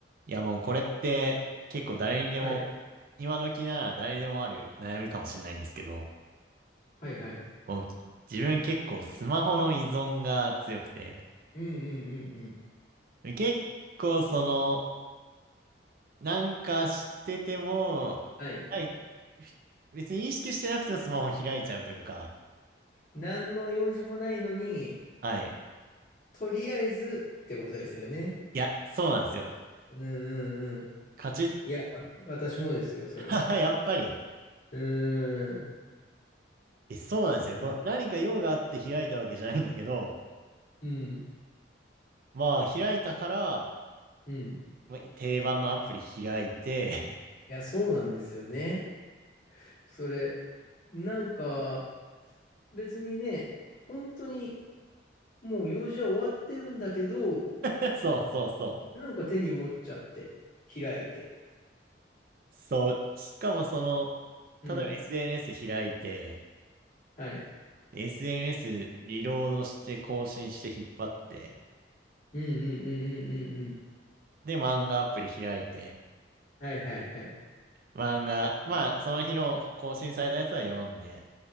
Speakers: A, on the right; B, on the left.
A: いやもうこれって結構誰にでも、
B: はい。
A: 今時なら誰でもある悩みかもしれないんですけど、
B: はいはい。
A: もう自分結構スマホの依存が強くて、
B: うんうんうんうん。
A: 結構その、なんかしてても、
B: はい。
A: はい、ふ別に意識してなくてもスマホ開いちゃうというか、
B: 何の用事もないのに、
A: はい。
B: とりあえずってことですよね。
A: いや、そうなんですよ。
B: うんうんうん。
A: カチ
B: いや、わ私もですよ、それは。
A: ッ、<laughs> やっぱり、
B: うーん。
A: え、そうなんですよ。
B: いや、
A: これ何か用があって開いたわけじゃないんだけど、
B: うん。
A: まあ開いたから、
B: うん。い
A: まあ、定番のアプリ開いて
B: や、そうなんですよね。それ、なんか、別にね、本当にもう用事は終わってるんだけど、
A: <laughs> そうそうそ
B: なんか手に持っちゃって、開いて。
A: う。そう。しかもその、
B: うん。
A: 例えば SNS 開いて、
B: はい。
A: SNS リロードして更新して引っ張って、
B: うんうんうんうんうんうん。
A: で、漫画アプリ開いて、
B: はいはいはい。
A: 漫画、まあ、その日の更新されたやつは読んで、